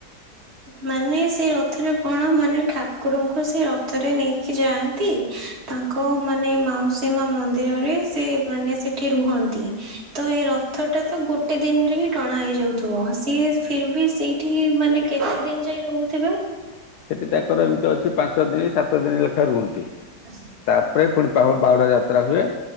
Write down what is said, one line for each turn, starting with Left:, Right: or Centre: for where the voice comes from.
Right: ମାନେ ସେଇ ରଥରେ କଣ ମାନେ ଠାକୁରଙ୍କୁ ସେ ରଥରେ ନେଇକି ଯାଆନ୍ତି। ତାଙ୍କ ମାନେ ମାଉସୀ ମା ମନ୍ଦିରରେ ସେ ମାନେ ସେଠି ରୁହନ୍ତି। ତ ଏଇ ରଥ ଟା ତ ଗୋଟେ ଦିନରେ ହିଁ ଟଣା ହେଇଯାଉଥିବ ସିଏ ଫର ବି ସେଇଠି ମାନେ କେତେ ଦିନ ଯାଇ ରହୁଥିବେ।
Left: ସେଠି ତାଙ୍କର ଏମିତି ଅଛି ପାଞ୍ଚ ଦିନ ସାତ ଦିନ ଲେଖାଏ ରୁହନ୍ତି।
Right: ହ
Left: ତାପରେ ପୁଣି ପାହୁ ବାଉଡା ଯାତ୍ରା ହୁଏ